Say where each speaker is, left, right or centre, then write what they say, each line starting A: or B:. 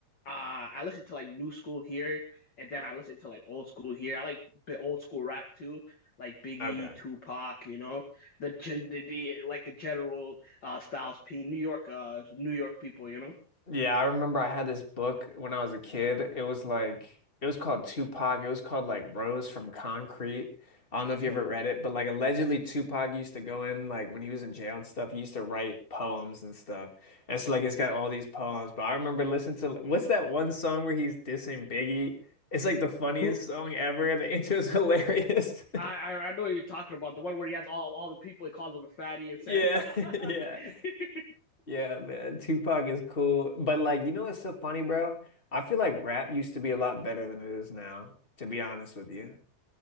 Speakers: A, on the left; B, on the left.
A: uh, I listen to like new school here, and then I listen to like old school here. I like the old school rap too, like Biggie,
B: Okay.
A: Tupac, you know, the gen the, the like the general uh Styles P, New York uh New York people, you know.
B: Yeah, I remember I had this book when I was a kid. It was like it was called Tupac. It was called like Rose from Concrete. I don't know if
A: hmm
B: you ever read it, but like allegedly Tupac used to go in like when he was in jail and stuff, he used to write poems and stuff. And so like it's
A: hmm
B: got all these poems. But I remember listening to what's that one song where he's dissing Biggie? It's like the funniest
A: Who
B: song ever. The intro's hilarious. <laughs>
A: I, I I know what you're talking about, the one where he has all all the people, he calls them a fatty and
B: Yeah,
A: said
B: <laughs> yeah.
A: <laughs>
B: Yeah, man, Tupac is cool. But like, you know what's so funny, bro? I feel like rap used to be a lot better than it is now, to be honest with you.